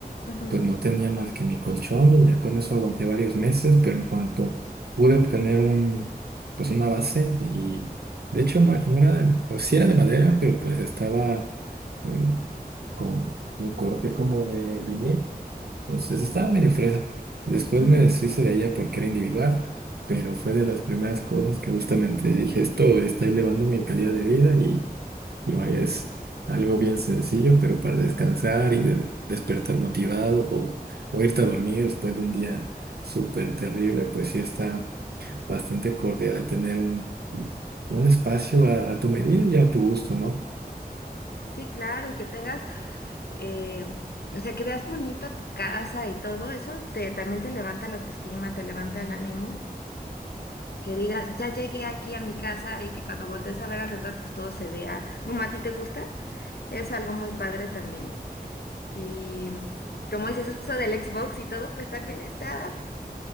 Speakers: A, on the left; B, on the right.
A: Ujú,
B: pues no tenía más que mi colchón y ya con eso aguanté varios meses, pero en cuanto pude obtener un, pues una base y de hecho no, no era de, o sí era de madera, pero pues estaba mm, con un corte como de vinil, entonces estaba medio fresa. Después
A: ujú.
B: me deshice de ella porque era individual, pero fue de las primeras cosas que justamente dije, esto está elevando mi calidad de vida y vaya, es algo bien sencillo, pero para descansar y de- despertar motivado o, o irte a dormir después de un día súper terrible, pues sí está bastante cordial tener un, un espacio a, a tu medida y a tu gusto, ¿no? <laughs>
A: Sí, claro, y que tengas, eh, o sea, que veas bonita tu casa y todo eso, te, también te levanta la autoestima, te levanta el ánimo. Que digas, ya llegué aquí a mi casa y que cuando voltees a ver alrededor, pues todo se vea como a ti te gusta, es algo muy padre también. Y como dices eso del Xbox y todo, pues también está,